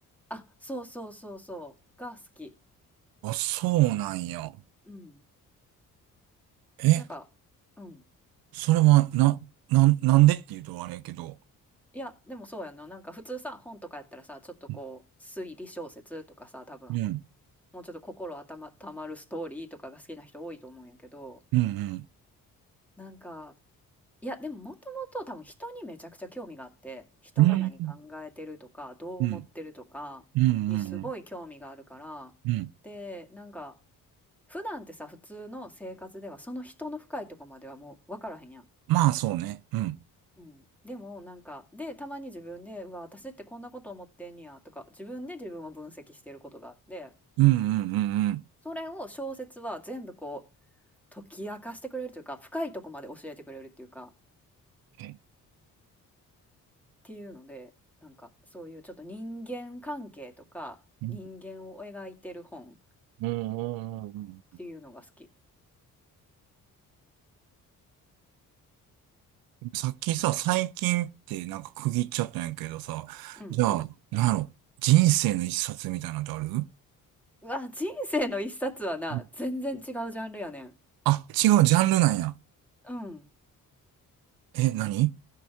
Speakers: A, in the centre; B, on the right (about 85°).
A: あ、そうそうそうそう、が好き。
B: あ、そうなんや。
A: うん。
B: え、
A: なんか、うん。
B: それは、な、な、なんでっていうとあれやけど。
A: いや、でもそうやんな。なんか普通さ、本とかやったらさ、ちょっとこう、
B: うん
A: 推理小説とかさ、多分
B: うん、
A: もうちょっと心温ま、たまるストーリーとかが好きな人多いと思うんやけど、
B: うん、
A: なんか、いや、でももともと多分人にめちゃくちゃ興味があって、人が何考えてるとか、
B: うん、うん、
A: どう思ってるとかにすごい興味があるから、
B: うん、うん、うん、うん。
A: で、なんか、普段ってさ、普通の生活ではその人の深いとこまではもう分からへんやん。
B: まあ、そうね。うん、
A: うん、でもなんかでたまに自分で「うわ私ってこんなこと思ってんねや」とか自分で自分を分析してることがあって
B: うん、うん、うん、うん。
A: それを小説は全部こう解き明かしてくれるというか、深いとこまで教えてくれるっていうか、っ
B: え
A: ていうので、なんかそういうちょっと人間関係とか、
B: うん
A: 人間を描いてる本っ
B: うんうんうん。
A: ていうのが好き。
B: さっきさ、最近ってなんか区切っちゃったんやけどさ、
A: うんうん。
B: じゃあ、なんやろ、人生の一冊みたいなのってある
A: うわ、人生の一冊はな、
B: うん
A: 全然違うジャンルやねん。
B: あ、違う、ジャンルなんや。
A: うん。
B: え、何